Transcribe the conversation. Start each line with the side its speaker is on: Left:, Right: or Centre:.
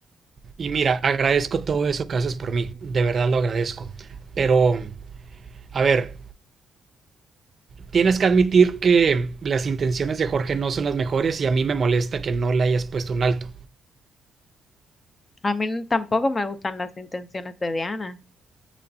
Right: Y mira, agradezco todo eso que haces por mí. De verdad lo agradezco. Pero, a ver, tienes que admitir que las intenciones de Jorge no son las mejores y a mí me molesta que no le hayas puesto un alto.
Left: A mí n- tampoco me gustan las intenciones de Diana.